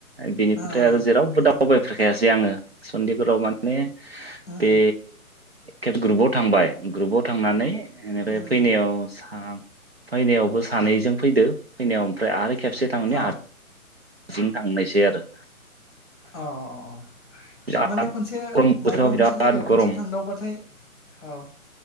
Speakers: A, on the right; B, in the centre.
A: बिनिफ्राय
B: ओ
A: आरो जेरावबो
B: उम
A: दावबायफेरखायासै
B: उम
A: आङो। चन्डिगराव माने
B: उम
A: बे खेब ग्रुपाव थांबाय ग्रुपाव थांनानै इनिफ्राइ
B: उम
A: फैनायाव
B: उम
A: सा फैनायावबो सानैजों फैदो फैनायाव ओमफ्राय आरो खेबसे थांनाया
B: औ
A: आ सिं थांनायसै आरो।
B: अ' अ' अ' अ'
A: बिराद
B: माने खनसे
A: गरम बोथोराव
B: मायबा मोनसे
A: बिराद
B: जायगायाव
A: गरम
B: खनसे थांदावबाथाय औ